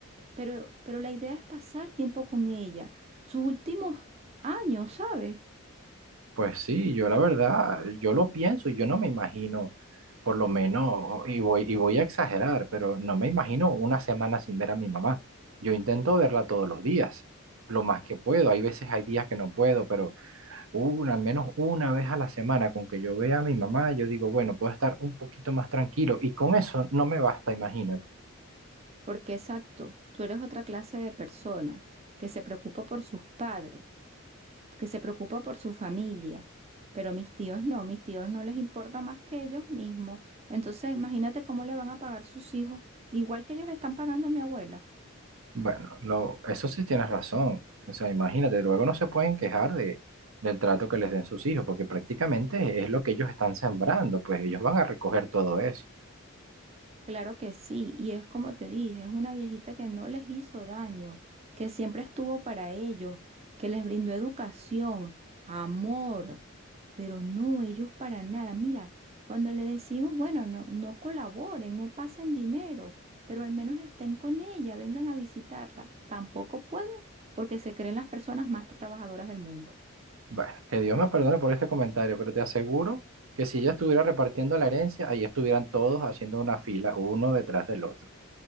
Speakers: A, on the right (about 30°); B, on the right (about 80°).
A: Pero, pero la idea es pasar tiempo con ella, sus últimos años, ¿sabes?
B: Pues sí, yo la verdad, yo lo pienso y yo no me imagino, por lo menos, y voy, y voy a exagerar, pero no me imagino una semana sin ver a mi mamá. Yo intento verla todos los días, lo más que puedo. Hay veces, hay días que no puedo, pero una, al menos una vez a la semana con que yo vea a mi mamá, yo digo, bueno, puedo estar un poquito más tranquilo y con eso no me basta, imagínate.
A: Porque exacto, tú eres otra clase de persona que se preocupa por sus padres, que se preocupa por su familia, pero mis tíos no, mis tíos no les importa más que ellos mismos. Entonces, imagínate cómo le van a pagar sus hijos, igual que ellos le están pagando a mi abuela.
B: Bueno, lo, eso sí tienes razón. O sea, imagínate, luego no se pueden quejar de, del trato que les den sus hijos, porque prácticamente es lo que ellos están sembrando, pues ellos van a recoger todo eso.
A: Claro que sí, y es como te dije, es una viejita que no les hizo daño, que siempre estuvo para ellos, que les brindó educación, amor. Pero no, ellos para nada. Mira, cuando le decimos, bueno, no, no colaboren, no pasen dinero, pero al menos estén con ella, vengan a visitarla. Tampoco pueden porque se creen las personas más trabajadoras del mundo.
B: Bueno, que Dios me perdone por este comentario, pero te aseguro que si ella estuviera repartiendo la herencia, ahí estuvieran todos haciendo una fila, uno detrás del otro.